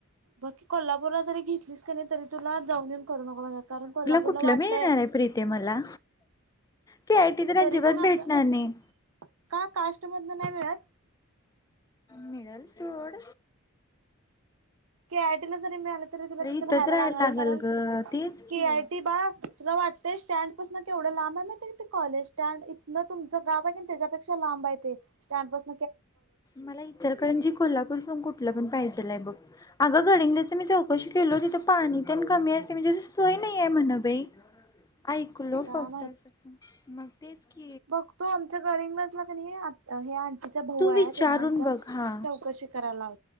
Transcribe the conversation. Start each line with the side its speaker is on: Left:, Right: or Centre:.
Right: बाकी कोल्हापूरला जरी घेतलीस का नाही तरी तुला जाऊन येऊन करू नको कारण कोल्हापूरला
Left: कुठलं
Right: वाटतय
Left: मिळणार आहे प्रीते मला. के आय टी तर
Right: तरी
Left: अजिबात
Right: पण आपल्या-
Left: भेटणार नाही.
Right: का कास्ट मध नाही मिळत?
Left: <inaudible> मिळल सोड
Right: के आयटीला जरी मिळालं तरी तुला
Left: खरं
Right: तिथे
Left: इथंच
Right: राहायला लागणार आहे
Left: लागल
Right: कारण
Left: ग तेच
Right: के
Left: की.
Right: आयटी बाळ तुला वाटतंय स्टँडपसन केवढं लांब आहे काय ते कॉलेज स्टँड इथं तुमच गाव आहे त्याच्यापेक्षा लांब लांब हाय ते स्टॅंड पसन
Left: मला इचलकरंजीत कोल्हापूर सोडून कुठला पण पाहिजेलाय बघ अग गडहिंग्लजला मी चौकशी केलो, तिथे पाणी तर कमी आहे म्हणजे सोय नाहीय म्हण बाई ऐकलो
Right: काय
Left: फक्त
Right: माहित
Left: अस मग तेच क <inaudible>
Right: बघतो आमच्या गडहिंग्लजला कणी आ हे आणंटीचा भाऊ
Left: तू विचारून
Right: आहे त्यांना एकदा
Left: बघ हा.
Right: चौकशी करायला